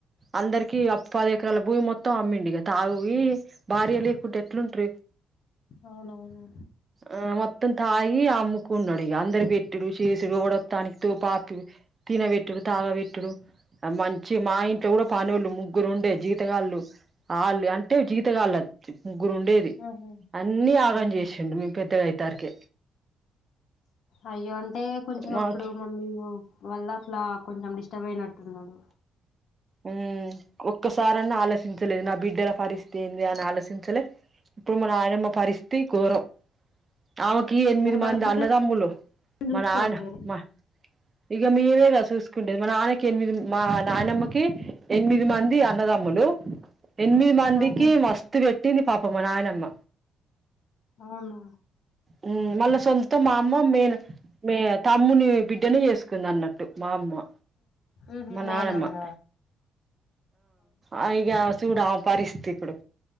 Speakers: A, on the right; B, on the left.
A: అందరికి అప్ప పది ఎకరాల భూమి మొత్తం అమ్మిండు ఇగ తాగు భార్య లేకుంటె ఎట్లుంట్ర
B: అవునవును
A: ఆ మొత్తం తాగి అమ్మకున్నాడు ఇక అందరు పెట్టుడు చేసుడు ఎవడొస్తేఆనికి తాపి తిన పెట్టుడు తాగా పెట్టుడు మంచి మా ఇంట్లో కూడా పనుళ్ళు ముగ్గురు ఉండే జీతగాళ్ళు ఆళ్ళు అం అంటే జీతగాళ్ళు ముగ్గురు ఉండేది
B: ఆహా
A: అన్నీ ఆగం
B: ఆహా
A: చేసిండు మేము పెద్దగా అయితారికె
B: అయ్యో అంటే కొంచెం
A: మాకు
B: అప్పుడు మమ్మీ వల్ల అట్ల కొంచెం డిస్టర్బ్ అయినట్టున్నాడు
A: ఉ ఒక్కసారన్నా ఆలోచించలేదు నా బిడ్డల పరిస్థితి ఏంది అని ఆలోచించలే ఇప్పుడు మన నాయనమ్మ పరిస్థితి ఘోరం ఆమెకి ఎనిమిది
B: మరి వాళ్ళ
A: మంది
B: బిడ్డలు
A: అన్నదమ్ములు మా
B: చూసుకోవట్లేరు
A: నాయన మా ఇగ మీమేగా చూసుకుంటేది మా నాన్నకి ఎనిమిది మా నాయనమ్మకి ఎనిమిది మంది అన్నదమ్ములు ఎనిమిది మందికి
B: ఆహా
A: మస్త్ పెట్ ట్టింది పాపం మా నాయనమ్మ
B: అవును
A: ఉ మళ్ళా సొంత మా అమ్మో మేన్ మీ తమ్ముని బిడ్డనే చేసుకుంది అన్నట్టు మా అమ్మ
B: ఉహూ
A: మా
B: మేనమామ
A: నానమ్మ ఆ ఈగ చూడు ఆ పరిస్తిపుడు